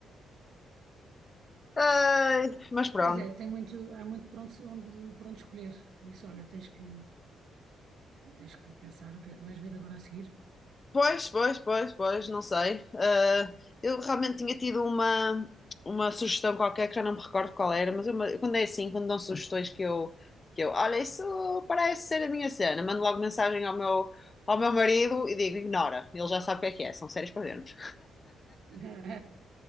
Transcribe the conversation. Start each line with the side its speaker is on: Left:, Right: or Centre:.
Left: Ai, mas pronto.
Right: Pois é, tem muito, há muito por onde, onde- por onde escolher. Por isso, olha, tens que, tens que pensar o que é que vais ver agora a seguir.
Left: Pois, pois, pois, pois, não sei. Ah, eu realmente tinha tido uma, uma sugestão qualquer que já não me recordo qual era, mas eu, quando é assim, quando dão sugestões que eu, que eu, olha, isso parece ser a minha cena, mando logo mensagem ao meu, ao meu marido e digo, ignora, ele já sabe o que é que é, são séries para vermos.
Right: <laughs>